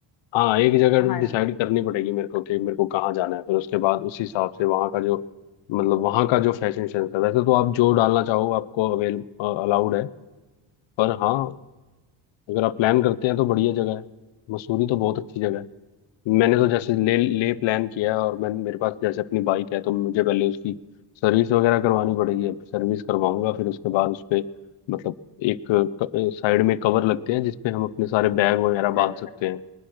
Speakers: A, on the left; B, on the left.
A: हाँ एक जगह
B: हाँ
A: डिसाइड करनी पड़ेगी मेरे को कि मेरे को कहाँ जाना है फिर उसके बाद उस हिसाब से वहाँ का जो मतलब वहाँ का जो फैशन सेंस है वैसे तो आप जो डालना चाहो आपको अवेल अलाउड है पर हाँ अगर आप प्लान करते हैं तो बढ़िया जगह है मसूरी तो बहुत अच्छी जगह है मैंने तो जैसे ले ले प्लान किया है और मैं मेरे पास जैसे अपनी बाइक है तो मुझे पहले उसकी सर्विस वगैरह करवानी पड़ेगी अब सर्विस करवाऊंगा फिर उसके बाद उस पे मतलब एक साइड में कवर लगते हैं जिसपे हम अपने सारे बैग वगैरह
B: अच्छा
A: बांध
B: अच्छा
A: सकते हैं